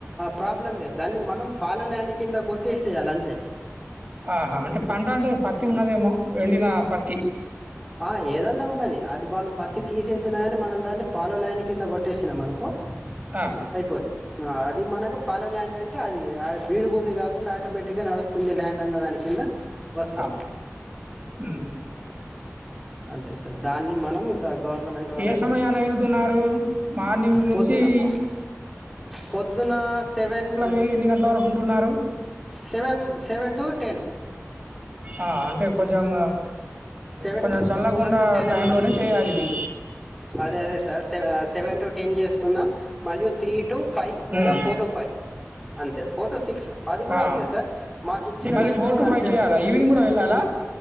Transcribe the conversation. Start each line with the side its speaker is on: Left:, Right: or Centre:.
Centre: ప్రాబ్లం లేదు దాన్ని మనం ఫాలో ల్యాండ్ కింద కొట్టి చేసేయాలంతే
Right: ఆహా అంటే పంట అంటే పత్తి ఉన్నదేమో ఎండిన పత్తి
Centre: ఆ ఏదన్నా ఉండని అది వాళ్ళు పత్తి తీసేసినా కాని మనం దాన్ని ఫాలో ల్యాండ్ కింద కొట్టేసినా మనుకో
Right: ఆ!
Centre: అయిపోద్ది అది మనకు ఫాలో ల్యాండ్ అంటే అది బీడు భూమి కాకుండా ఆటోమేటిక్ గా నడుస్తుంది ల్యాండ్ అన్న దాని కింద వస్తుంది
Right: ఆ ఉ
Centre: అంతే సార్ దాన్ని మనం ఇంత గవర్నమెంట్ వాళ్ళకి
Right: ఏ సమయాన
Centre: ఇచ్చి
Right: వెళ్తున్నారు మార్నింగ్ నుంచి
Centre: పొద్దున పొ-
Right: ఇ
Centre: పొద్దున సెవెన్
Right: వెళ్లి ఎన్ని గంటల వరకు ఉంటున్నారు?
Centre: సెవెన్ సెవెన్ టు టెన్
Right: ఆ అంటే కొంచెం
Centre: సెవెన్
Right: కొంచెం
Centre: టు
Right: చల్లగుండా
Centre: సెవెన్ టు టెన్
Right: టై
Centre: అవుతున్నాం
Right: లోనే చేయాలి ఇది
Centre: అదే అదే సార్ సె సెవెన్ టు టెన్ చేస్తున్నాం మళ్ళి త్రీ టు ఫైవ్
Right: హ్మ్.
Centre: లేదా ఫోర్ టు ఫైవ్ అంతే ఫోర్ టు సిక్స్ అది కూడా
Right: ఆ!
Centre: అంతే సార్ మాకు ఇచ్చిన
Right: మళ్ళీ
Centre: దాంట్లో కూడా అంతే
Right: చేయాలా?
Centre: ఉంది
Right: ఈవినింగ్ గూడా వెళ్ళాలా?